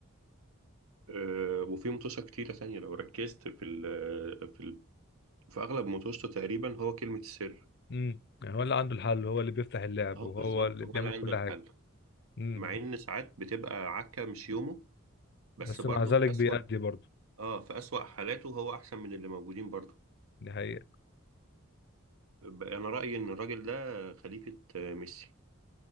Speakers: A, on the right (about 85°); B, on the left (about 50°).
A: آه، وفي متوشة كتيرة تانية لو ركزت في ال في ال في أغلب متوشته تقريبا هو كلمة السر
B: امم يعني هو اللي عنده الحل هو اللي بيفتح اللعب
A: هو
B: وهو
A: بالظبط
B: اللي
A: هو
B: بيعمل
A: اللي عنده
B: كل
A: الحل
B: حاجة مم.
A: مع ان ساعات بتبقى عكة مش يومه بس
B: بس
A: برضه
B: مع ذلك
A: في اسوأ
B: بيأدي برضه
A: اه في اسوأ حالاته هو احسن من اللي موجودين برضه
B: دي حقيقة
A: ب- انا رأيي ان الراجل ده خليفة آه، ميسي